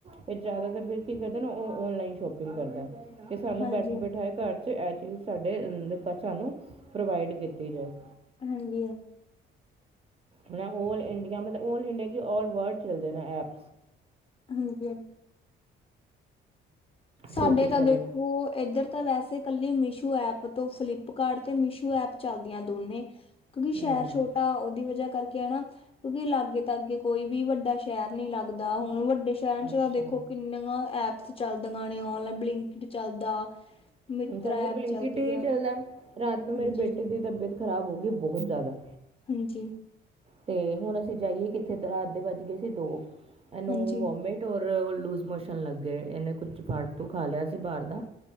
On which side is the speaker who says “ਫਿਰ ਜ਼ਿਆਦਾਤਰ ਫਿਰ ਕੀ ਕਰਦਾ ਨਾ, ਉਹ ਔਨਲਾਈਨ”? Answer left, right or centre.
Right